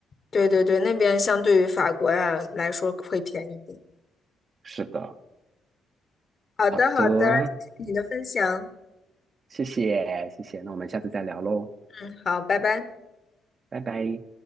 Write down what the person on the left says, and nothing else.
对对对，那边相对于法国呀来说会便宜一点。
好的，
好的，谢谢你的分享。
嗯，好，拜拜。